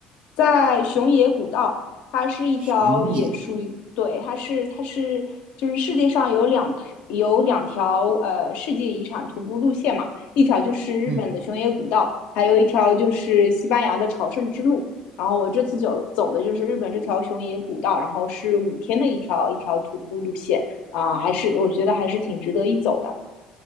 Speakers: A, on the left; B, on the right.
A: 在熊野古道，它是一条也属于，
B: 熊野，
A: 对，它是它是就是世界上有两有两条呃世界遗产徒步路线嘛，一条就是日本的熊野古道，
B: 嗯，
A: 还有一条就是西班牙的朝圣之路。然后我这次走走的就是日本这条熊野古道，然后是五天的一条一条徒步路线啊，还是我觉得还是挺值得一走的。